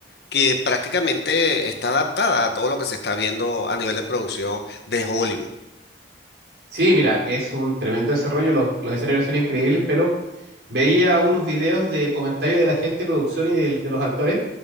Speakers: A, on the left; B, on the right.
A: que prácticamente está adaptada a todo lo que se está viendo a nivel de producción de Hollywood.
B: Sí, mira, es un tremendo desarrollo, los, los escenarios son increíbles, pero veía unos videos de comentarios de la gente de producción y del- de, los actores,